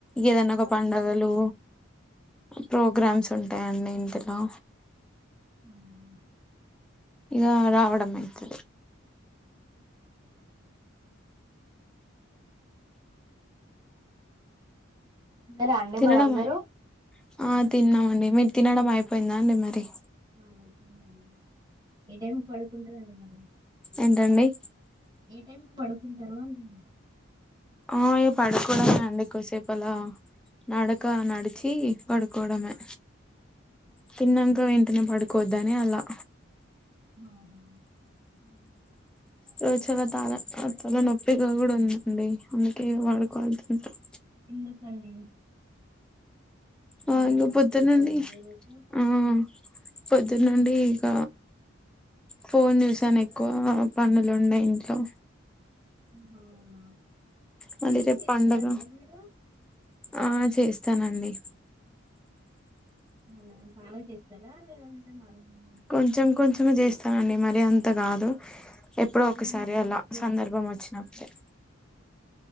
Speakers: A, in the centre; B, on the right (about 20°).
A: ఏదైనా ఒక
B: అవునా
A: పండగలు
B: అండి
A: ప్రోగ్రామ్స్ ఉంటాయండి ఇంటి లో
B: అవున
A: ఇగా రావడము అయితుది
B: రా అండి
A: తినడమే
B: మరి అందరూ
A: ఆ తిన్నామండి మీరు తినడం అయిపోయిందా అండి మరి
B: ఆ అయిపోందండి ఏ టైం పాడుకుంటారండి మరి
A: ఏంటండి
B: ఏ టైమ్ కి పడుకుంటారో అంటున్న
A: ఆయ పడుకోవడమే అండి ఎసేపు అలా నడక నడిచి పడుకోవడమే తిన్నాక వెంటనే పడుకోవద్దని అలా
B: అవునా
A: రోజచాలా తాలా త తాల నొప్పిగా కూడా ఉందండి అందుకే వాడుకోలతుంటాం
B: ఎందుకండి ఏమైనా
A: ఆ ఇక
B: వర్క్
A: పొద్దు
B: ఎక్కువ
A: నుండి
B: అయిందా ఈరోజు
A: ఆ పొద్దున్న నుండి ఇక ఫోన్ చూసాను ఎక్కువ పనులు ఉన్నాయ్ ఇంట్లో
B: అహా అవునా
A: మళ్ళీ
B: రీల్స్
A: రేపు
B: చేస్తారా
A: పండగ
B: అండి మీరు
A: ఆ చేస్తానండి
B: అవునా బాగా చేస్తారా లేదంటే నార్మల్
A: కొంచెం కొంచమే చేస్తానండి మరి అంత కాదు ఎప్పుడో ఒకసారి
B: అంటే మీ ఫ్రెండ్స్
A: అలా
B: తో
A: సందర్భం
B: చేస్తారా
A: వచ్చినప్పుడే